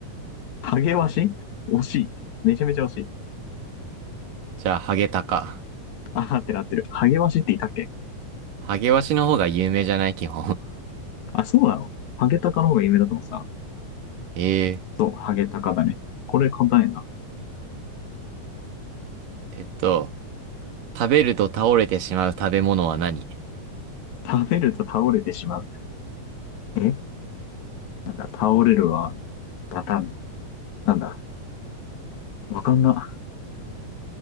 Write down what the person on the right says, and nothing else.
じゃあ、ハゲタカ。
ハゲワシの方が有名じゃない基本。
<laughs> ええ
えっと、食べると倒れてしまう食べ物は何